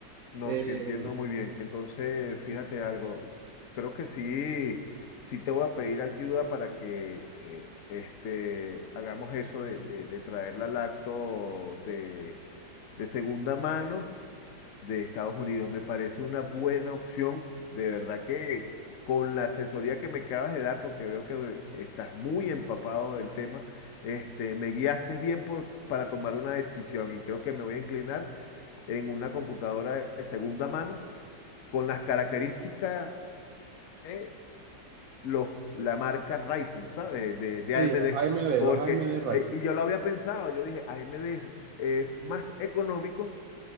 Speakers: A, on the left; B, on the right.
A: No,
B: Eh,
A: sí entiendo muy bien. Entonces, fíjate algo. Creo que sí, sí te voy a pedir ayuda para que eh, este, hagamos eso de, de- de traer la lacto de, de segunda mano de Estados Unidos. Me parece una buena opción. De verdad que con la asesoría que me acabas de dar, porque veo que estás muy empapado del tema, este, me guiaste bien por, para tomar una decisión y creo que me voy a inclinar en una computadora de segunda mano con las características de los, la marca Ryzen, ¿sabes? De, de
B: Sí,
A: AMD.
B: AMD,
A: Porque,
B: los AMD Ryzen.
A: eh, y yo lo había pensado, yo dije, AMD es, es más económico